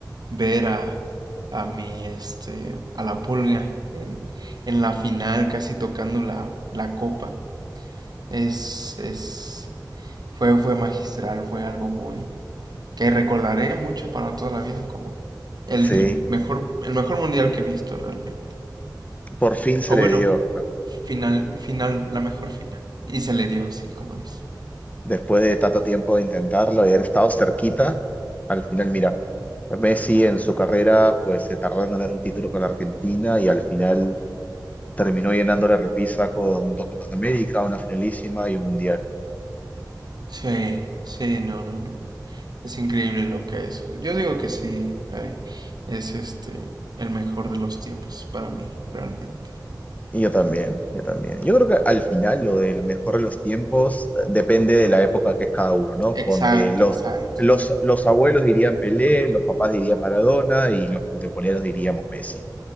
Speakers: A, on the right; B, on the left.
A: ver a, a mi, este, a la Pulga en, en la final casi tocando la, la copa. Es, es, fue, fue magistral, fue algo muy, que recordaré mucho para toda la vida como el
B: Sí,
A: mejor, el mejor mundial que he visto realmente.
B: por fin se
A: O
B: le
A: bueno,
B: dio, ¿no?
A: final, final, la mejor final. Y se le dio, sí, como dice.
B: Después de tanto tiempo de intentarlo y haber estado cerquita, al final, mira, Messi en su carrera pues se tardó en ganar un título con la Argentina y al final terminó llenando la repisa con dos Copas América, una finalísima y un mundial.
A: Sí, sí, no, no, no. Es increíble lo que es. Yo digo que sí, eh, es este, el mejor de los tiempos para mí, realmente.
B: Y Yo también, yo también. Yo creo que al final lo del mejor de los tiempos eh, depende de la época que es cada uno, ¿no?
A: Exacto,
B: Ponte los,
A: exacto.
B: los, los abuelos dirían Pelé, los papás dirían Maradona y los contemporáneos diríamos Messi.